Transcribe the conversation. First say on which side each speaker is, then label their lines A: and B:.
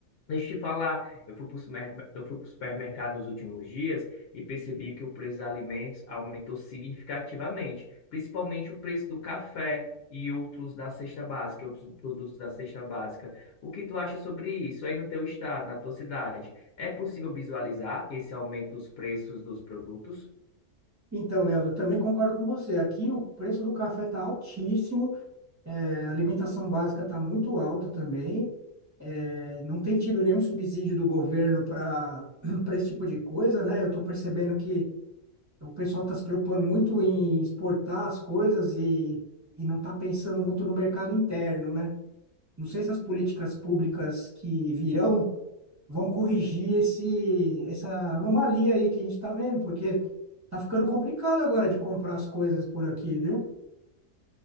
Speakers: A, on the left; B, on the right.
A: Deixa eu te falar, eu fui para o supermercado nos últimos dias e percebi que o preço dos alimentos aumentou significativamente, principalmente o preço do café e outros da cesta básica, outros produtos da cesta básica. O que tu acha sobre isso aí no teu estado, na tua cidade? É possível visualizar esse aumento dos preços dos produtos?
B: Então, Leandro, eu também concordo com você. Aqui o preço do café tá altíssimo, é, a alimentação básica tá muito alta também. É, não tem tido nenhum subsídio do governo para <clears throat> para esse tipo de coisa, né? Eu estou percebendo que o pessoal está se preocupando muito em exportar as coisas e, e não está pensando muito no mercado interno, né? Não sei se as políticas públicas que virão vão corrigir esse, essa anomalia aí que a gente está vendo, porque tá ficando complicado agora de comprar as coisas por aqui, viu?